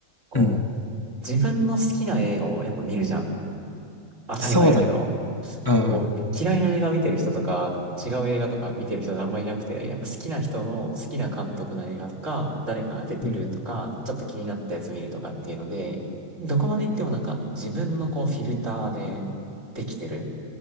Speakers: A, on the right; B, on the left.
A: こ
B: うん。
A: う、自分の好きな映画をやっぱ見るじゃん。当たり前やけど。
B: そうだね。うん。
A: こう、嫌いな映画見てる人とか、違う映画とか見てる人があんまりいなくて、やっぱ好きな人の好きな監督の映画とか、誰かが出てるとか、
B: うん。
A: ちょっと気になったやつ見るとかっていうので、どこまで行ってもなんか自分のこうフィルターでできてる